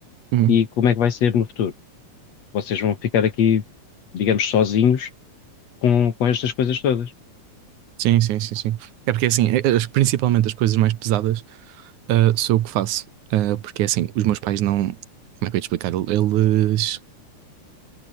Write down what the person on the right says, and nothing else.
Uhum.
Sim, sim, sim, sim. É porque assim, eh, as- principalmente as coisas mais pesadas, ah, sou eu que faço. Ah, porque assim, os meus pais não. Como é que eu ia te explicar? Ele- Eles,